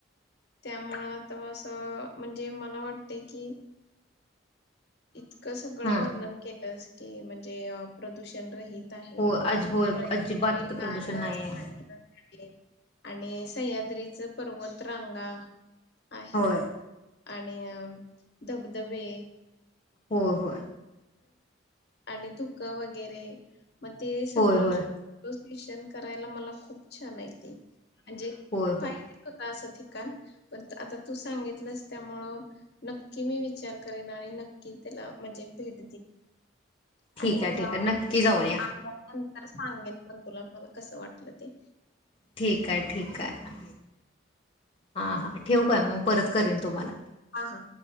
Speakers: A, on the left; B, on the left.
A: त्यामुळं तर असं म्हणजे मला वाटते की, इतकं सगळं
B: हा
A: वर्णन केलंस की म्हणजे प्रदूषण रहित
B: हो आज होय
A: <unintelligible>
B: अजिबात इथं प्रदूषण नाही आहे
A: सह्याद्रीच पर्वतरांगा आहेत.
B: होय
A: आणि धबधबे
B: हो हो
A: आणि धुक वगैरे मग ते सगळं
B: होय होय
A: दृश्य करायला मला खूप छान आहे ते म्हणजे
B: होय होय
A: पायजे मला असा ठि काण पण आता तू सांगितलंस त्यामुळ नक्की मी विचार करेन आणि नक्की ला म्हणजे भेट आणि
B: ठीक आहे
A: <unintelligible>
B: ठीक आहे नक्की जाऊन या
A: नंतर सांगेन पण तुला मला कसं वाटलं ते
B: ठीक आहे ठीक आहे हा हा ठेव काय मग परत करेन तुम्हाला
A: हा हा